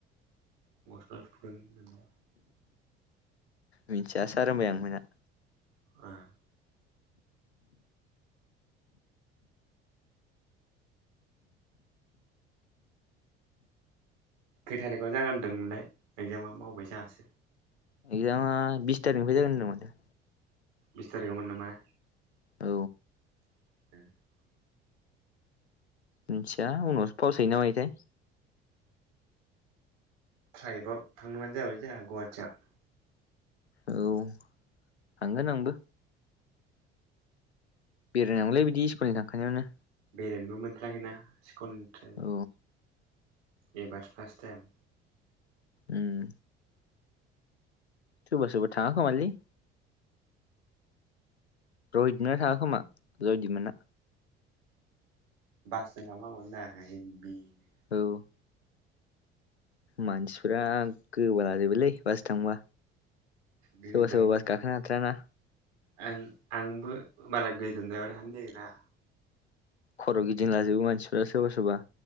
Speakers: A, on the right; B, on the left.
A: <unintelligible>
B: मिथिया सार होनबाय आं मोनना
A: <unintelligible> खै थारिखआव जागोन होनदोंमोनलाय एगजामा मावबाय आंहासो
B: एक्जामा बिस तारिखनिफ्राय जागोन होन्दों माथो।
A: बिस्तारखौ मोन नामा?
B: औ
A: <inaudible>
B: मिथिया उनावसो फावसाय हैैना बायोथाय?
A: ट्राइबआव थांनोबानो जाबैाय जोंहा गुवाहाटियाव
B: औ थांगोन आंबो बेरायनांगलै बिदि स्कुलनि थांखानायावनो
A: बेरायनोबो मोनथेराखैना स्कुलनि टमजों
B: औ
A: एबार फार्स्ट टाइम
B: उम सरबा सरबा थांङा खोमालै रहितमोनना थाङा खोमा रहिदिमोना
A: बासजों थांबा हामगौलै ना हेबभिनो
B: औ मानसिफोरा गोबा लाजोबबायलै बास थांबा
A: गोबायो
B: सोरबा सोरबा बास गाखोनो हाथारा ना
A: आं आंबो बारा गोजानाव हानो नागिरा
B: खर' गिदिं जोबो मानसिफ्रा सोरबा सोरबा